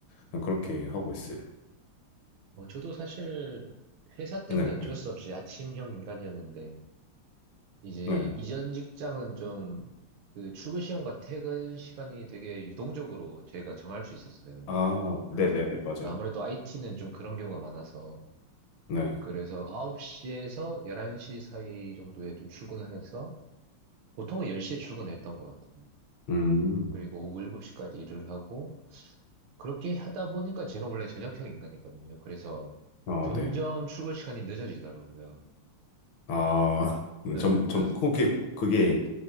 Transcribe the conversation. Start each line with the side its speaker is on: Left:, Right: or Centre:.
Left: 그냥
Right: 음,
Left: 그렇게 하고 있어요.
Right: 뭐 저도 사실 회사 때문에
Left: 네,
Right: 어쩔 수 없이 아침형 인간이었는데, 이제
Left: 네.
Right: 이전 직장은 좀 그 출근 시간과 퇴근 시간이 되게 유동적으로 저희가 정할 수 있었어요.
Left: 아, 네네네, 맞아요.
Right: 아무래도 IT는 좀 그런 경우가 많아서,
Left: 네.
Right: 그래서 9시에서 11시 사이 정도에 좀 출근을 해서, 보통은 10시에 출근했던 것 같아요.
Left: 음,
Right: 그리고 오후 7시까지 일을 하고, 그렇게 하다 보니까 제가 원래 저녁형 인간이거든요. 그래서
Left: 어,
Right: 점점
Left: 네.
Right: 출근 시간이 늦어지더라고요.
Left: 아, 음,
Right: 네,
Left: 점, 점,
Right: 그래서,
Left: 그게, 그게,